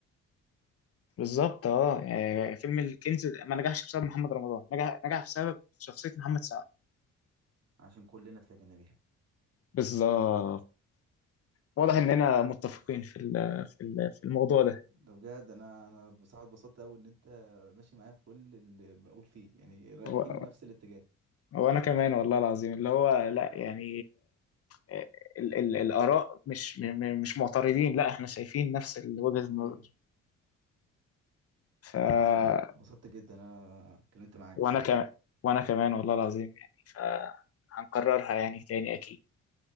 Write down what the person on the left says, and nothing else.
بالظبط اه يعني فيلم الكنز ما نجحش بسبب محمد رمضان نجح نجح بسبب شخصية محمد سعد
بالظبط واضح اننا متفقين في ال- في ال- في الموضوع ده
و-
وانا كمان والله العظيم اللي هو لا يعني آه، ال ال الاراء مش م- م- مش معترضين لا احنا شايفين نفس ال- وجهة النظر
ف آه،
وانا
كمان وانا كمان والله العظيم يعني فهنكررها يعني تاني اكيد